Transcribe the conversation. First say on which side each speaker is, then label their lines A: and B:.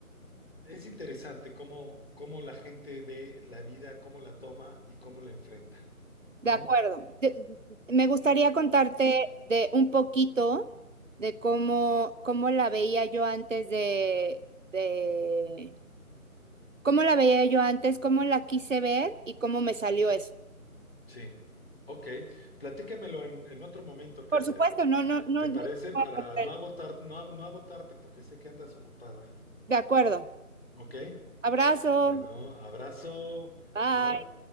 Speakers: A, on the left; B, on the right.
A: es interesante cómo, cómo la gente ve la vida, cómo la toma y cómo la enfrenta,
B: De
A: ¿no?
B: acuerdo. De- me gustaría contarte de un poquito de cómo, cómo la veía yo antes de, de, cómo la veía yo antes, cómo la quise ver y cómo me salió eso.
A: Sí, ok. Platícamelo en, en otro momento,
B: Por
A: querida.
B: supuesto, no, no, no,
A: ¿Te
B: no.
A: parece?
B: te voy
A: Para
B: a cortar.
A: no agotar, no, no agotarte porque sé que andas ocupada.
B: De acuerdo.
A: ¿Ok?
B: Abrazo.
A: Bueno, abrazo.
B: Bye.
A: Chao.